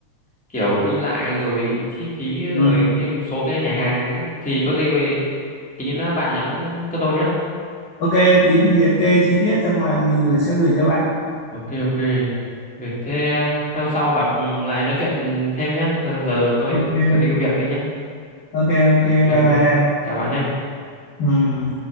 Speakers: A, in the centre; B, on the left.
A: kiểu đi lại rồi chi phí rồi
B: Ừm,
A: cái một số cái nhà hàng ấy. Thì có gì về tí nữa bạn nhắn cho tôi nhé.
B: ok tí mình liệt kê chi tiết xong mà mình gửi sẽ gửi cho bạn
A: Ok ok. Vậy thế hôm sau gặp lại nói chuyện thêm nhé. Giờ tôi
B: ok
A: đi- tôi đi có việc đi nhé.
B: ok ok
A: Ok
B: bye
A: ok.
B: bye
A: Chào bạn nhé.
B: Ừm.